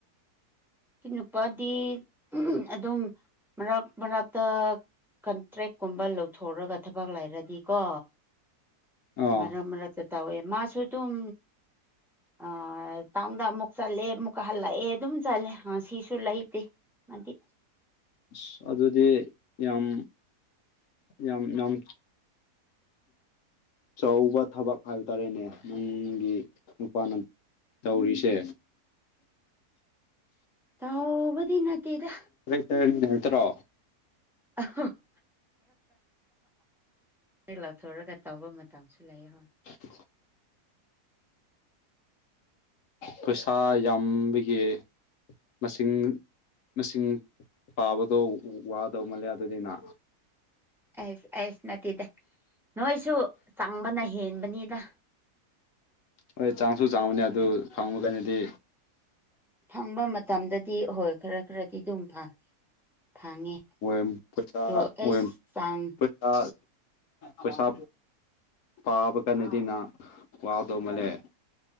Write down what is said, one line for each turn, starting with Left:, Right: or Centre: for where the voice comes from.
Centre: ꯑꯩꯒꯤ ꯅꯨꯄꯥꯗꯤ ꯑꯗꯨꯝ ꯃꯔꯛ ꯃꯔꯛꯇ ꯀꯟꯇ꯭ꯔꯦꯛꯀꯨꯝꯕ ꯂꯧꯊꯣꯛꯔꯒ ꯊꯕꯛ ꯂꯩꯥꯔꯗꯤꯀꯣ
Left: ꯑꯥ
Centre: ꯃꯔꯛ ꯃꯔꯛ ꯇ ꯇꯧꯋꯦ ꯃꯥꯁꯨ ꯑꯗꯨꯝ ꯑ ꯇꯥꯎꯟꯗ ꯑꯃꯨꯛ ꯆꯠꯂꯦ ꯑꯃꯨꯛꯀ ꯍꯜꯂꯛꯑꯦ ꯑꯗꯨꯝ ꯆꯠꯂꯦ ꯁꯤꯁꯨ ꯂꯩꯇꯦ ꯃꯗꯤ
Left: ꯑꯁ ꯑꯗꯨꯗꯤ ꯌꯥꯝ ꯌꯥꯝ ꯌꯥꯝ ꯑꯆꯧꯕ ꯊꯕꯛ ꯍꯥꯏꯕ ꯇꯥꯔꯦꯅꯦ ꯅꯪꯒꯤ ꯅꯨꯄꯥꯅ ꯇꯧꯔꯤꯁꯦ
Centre: ꯇꯧꯕꯗꯤ ꯅꯠꯇꯦꯗ
Left: ꯇꯔꯟ ꯅꯠꯇ꯭ꯔꯣ
Centre: <unintelligible> ꯂꯧꯊꯣꯔꯒ ꯇꯧꯕ ꯃꯇꯝꯁꯨ ꯂꯩꯌ‌ꯦꯕ
Left: <unintelligible> ꯄꯩꯁꯥ ꯌꯥꯝꯕꯒꯤ ꯃꯁꯤꯡ ꯃꯁꯤꯡ ꯄꯥꯕꯗꯣ ꯋꯥꯗꯧ ꯃꯥꯜꯂꯦ ꯑꯗꯨꯅꯤꯅ
Centre: ꯑꯩꯁ ꯑꯩꯁ ꯅꯠꯇꯦꯗ ꯅꯣꯏꯁꯨ ꯆꯪꯕꯅ ꯍꯦꯟꯕꯅꯤꯗ
Left: ꯍꯣꯏ ꯆꯪꯁꯨ ꯆꯪꯕꯅꯤ ꯑꯗꯨ ꯐꯪꯕ ꯀꯟꯗꯗꯤ
Centre: ꯐꯪꯕ ꯃꯇꯝꯗꯗꯤ ꯍꯣꯏ ꯈꯔ ꯈꯔꯗꯤ ꯑꯗꯨꯝ ꯐꯪꯉꯦ
Left: ꯑꯣꯏ ꯄꯩꯁꯥ
Centre: ꯑꯗꯣ
Left: ꯑꯣꯏ
Centre: ꯑꯩꯁ ꯆꯥꯡ
Left: ꯄꯩꯁꯥ ꯄꯩꯁꯥ ꯄꯥꯕ ꯀꯟꯗꯗꯤꯅ ꯋꯥꯗꯧ ꯃꯜꯂꯦ